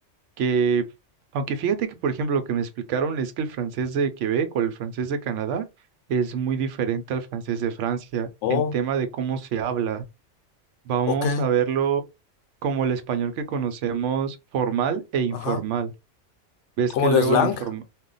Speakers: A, on the right; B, on the left.
A: que, aunque fíjate que, por ejemplo, lo que me explicaron es que el francés de Quebec o el francés de Canadá es muy diferente al francés de Francia
B: Oh,
A: en tema de cómo se habla. Vamos
B: ok,
A: a verlo como el español que conocemos formal e informal.
B: ajá.
A: Ves
B: Como
A: que
B: el
A: luego
B: slang,
A: el informal